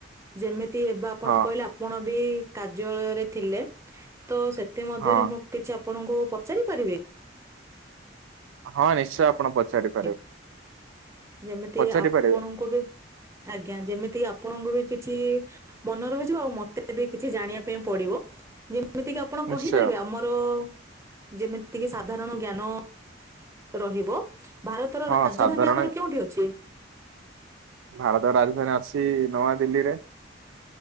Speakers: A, on the right; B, on the right.
A: ଯେମିତି ଏବେ ଆପଣ
B: ହଁ
A: କହିଲେ ଆପଣ ବି କାର୍ଯ୍ୟାଳୟରେ ଥିଲେ ତ ସେ ତା ମଧ୍ୟରେ
B: ହଁ
A: ମୁଁ କିଛି ଆପଣଙ୍କୁ ପଚାରି ପାରିବି।
B: ହଁ ନିଶ୍ଚୟ ଆପଣ ପଚାରିବେ
A: <unintelligible> ଯେମିତି
B: ପଚାରି
A: ଆପଣଙ୍କୁ
B: ପାରିବେ
A: ବି ଆଜ୍ଞା ଯେମିତି ଆପଣଙ୍କୁ ବି କିଛି ମନେ ରହିଯିବ ଆଉ ମତେ <unintelligible> ବି କିଛି ଜାଣିବା ପାଇଁ ପଡିବ ଯେମିତି କିି ଆପଣ
B: ନିଶ୍ଚୟ
A: କହିପାରିବେ ଆମ ହଁ ଯେମିତିକି ସାଧାରଣ ଜ୍ଞାନ ରହିବ। ଭାରତର
B: ହଁ
A: ରାଜଧାନୀ
B: ସାଧାରଣ
A: ଆମର କେଉଁଠି ଅଛି।
B: ଭାରତ ର ରାଜଧାନୀ ଅଛି ନୂଆ ଦିଲ୍ଲୀରେ।